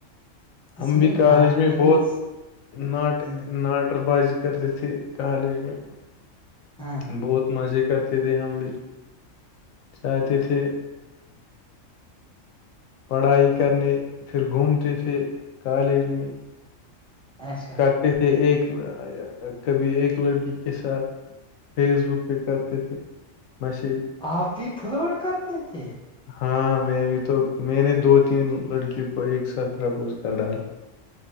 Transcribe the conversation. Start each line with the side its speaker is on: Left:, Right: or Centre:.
Left: ہم
Centre: اس میں
Left: بھی کالج
Centre: ڈاکٹرس
Left: میں بہت ناٹ
Centre: ہ
Left: ناٹ ناٹک بازی کرتے تھے کالج میں
Centre: ہاں
Left: بہت مزے کرتے تھے ہم بھی جاتے تھے پڑھائی کرنے پھر گھومتے تھے کالج میں
Centre: اچھا
Left: کرتے تھے ایک کبھی ایک لڑکی کے ساتھ فیس بک پہ کرتے تھے میسیج
Centre: آپ بھی فلاٹ کرتے تھے
Left: ہاں میں بھی تو میں نے دو تین لڑکیوں کو ایک ساتھ پرپوز کر ڈالا